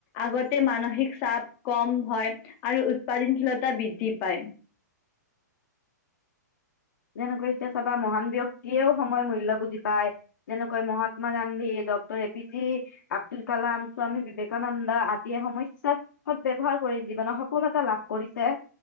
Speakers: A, on the left (about 15°); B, on the left (about 75°).
A: আগতে মানসিক চাপ কম হয় আৰু উৎপাদনশীলতা বৃদ্ধি পায়।
B: যেনেকৈ এতিয়া চাবা মহান ব্যক্তিয়েও সময়ৰ মূল্য বুজি পায়। যেনেকৈ Mahatma Gandhi, doctor A P J Abdul Kalam, Swami Vivekananda আদিয়ে সময়ৰ সদ ব্যৱহাৰ কৰি জীৱনৰ সফলতা লাভ কৰিছে।